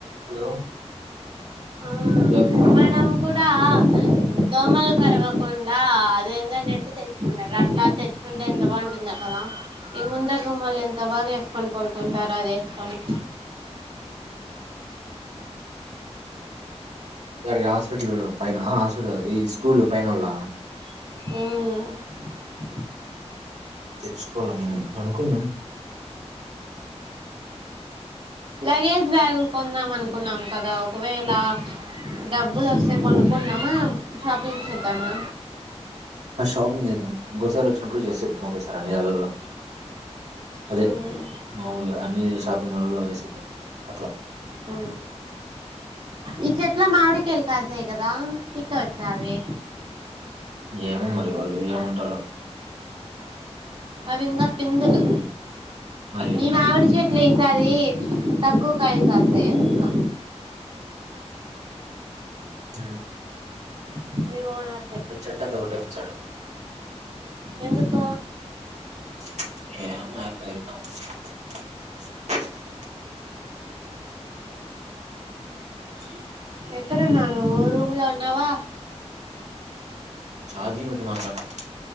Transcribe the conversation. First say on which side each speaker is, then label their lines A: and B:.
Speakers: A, on the right; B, on the right.
A: Hello
B: ఆ
A: hello
B: మనం
A: ఆ
B: కూడా దోమలు కరవకుండా అదేందో నెట్టి తెచ్చుకుంటారు అట్లా తెచ్చుకుంటే ఎంత బాటుందో కదా ఈ ముందర రూమొళ్ళు ఎంత బాగా వేసుకొని పనుకుంటారు అది వేసుకొని
A: చరిగ హాస్పిటల్ లో పైన హాస్పిటల్ ఉంది స్కూలు పైనోళ్ళ
B: హ్మ్
A: తెచ్చుకోవాల మేము అనుకున్య
B: లగేజ్ బ్యాగులు కొందాం అనుకున్నాం కదా ఒకవేళ డబ్బులు వస్తే కొనుకుందామా షాపింగ్ చేద్దామా
A: ఆ షాపింగ్ చేద్దం ఇంగోసారి వచ్చినప్పుడు చేసేద్దాం ఒకేసారి అన్ని దండ్లలల్లో అదే
B: మ్మ్
A: మామూలుగా అన్ని చేస్ షాపింగ్ మాలల్లో వేసేద్దాం అట్లా
B: ఆ ఇ చెట్లా మావిడి కాయలు కాసినాయి కదా పిక్కోవచ్చా అవి
A: ఏమో మరి వాళ్ళు ఏమంటారో
B: అవింగ పిందులు
A: మరి
B: ఈ మావిడి చెట్ ట్లే ఈసారి తక్కువ కాయలు కాసయ్ ఎందుకో
A: చె
B: <unintelligible>
A: ఒక చెట్టు అంత కొట్టేపించాడు
B: ఎందుక
A: <unintelligible> జి
B: ఎక్కడ ఉన్నావు నువ్వు రూమ్ లో ఉన్నావా
A: ఛార్జింగ్ పెట్టి మాట్లాడు